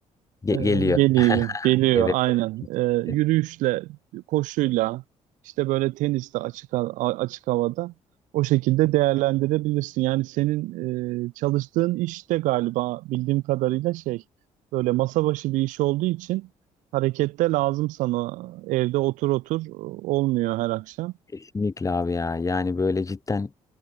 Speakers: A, on the left (about 25°); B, on the right (about 85°).
A: Ge-
B: e,
A: geliyor
B: geliyor.
A: <laughs>
B: Geliyor
A: evet
B: aynen. E,
A: evet.
B: yürüyüşle, koşuyla, işte böyle teniste açık ha- açık havada o şekilde değerlendirebilirsin. Yani senin e, çalıştığın işte galiba bildiğim kadarıyla şey böyle masa başı bir iş olduğu için Harekette lazım sana. Evde otur otur olmuyor her akşam.
A: Kesinlikle abi ya. Yani böyle cidden